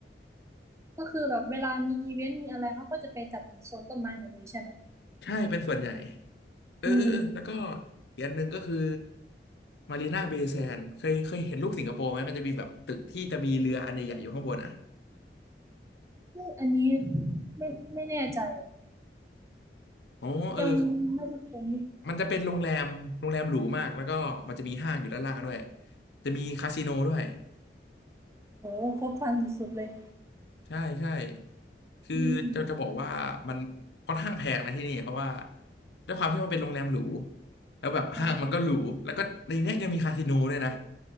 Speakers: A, on the right; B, on the left.
A: ก็คือแบบเวลามีอีเวนต์มีอะไรเขาก็จะไปจัดอยู่โซนต้นไม้หมดเลยใช่ไหม
B: ใช่เป็นส่วนใหญ่ เออเออเออแล้วก็
A: อืม
B: อีกอันหนึ่งก็คือมารีนาเบย์แซนเคยเคยเห็นรูปสิงคโปร์ไหมมันจะมีแบบตึกที่จะมีเรืออันใหญ่ๆอยู่ข้างบนอ่ะ
A: เฮ้ยอันนี้ไม่ไม่แน่ใจอะ
B: อ๋อเออ
A: ยังไม่ได้ค้น
B: มันจะเป็นโรงแรมโรงแรมหรูมากแล้วก็มันจะมีห้างอยู่ด้านล่างด้วยจะมีคาสิโนด้วย
A: โอ้ครบครันสุดๆเลย
B: ใช่ใช่คือจะจะบอกว่ามันค่อนข้างแพงนะที่นี่เพราะว่า
A: อืม
B: ด้วยความที่มันเป็นโรงแรมหรูแล้วแบบห้างมันก็หรูแล้วก็ในเนี้ยยังมีคาสิโนด้วยนะ
A: ใช่